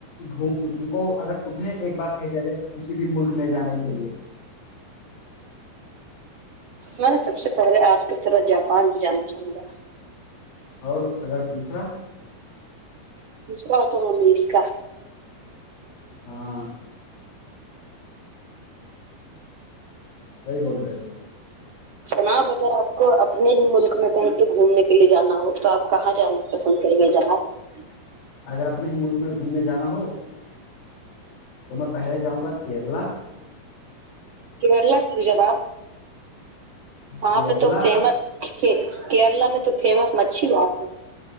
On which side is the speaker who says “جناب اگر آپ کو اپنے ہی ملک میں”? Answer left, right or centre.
Right